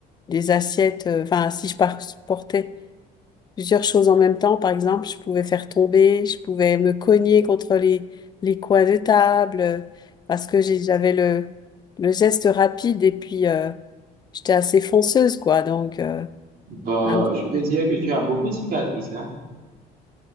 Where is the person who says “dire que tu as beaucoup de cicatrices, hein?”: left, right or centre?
Right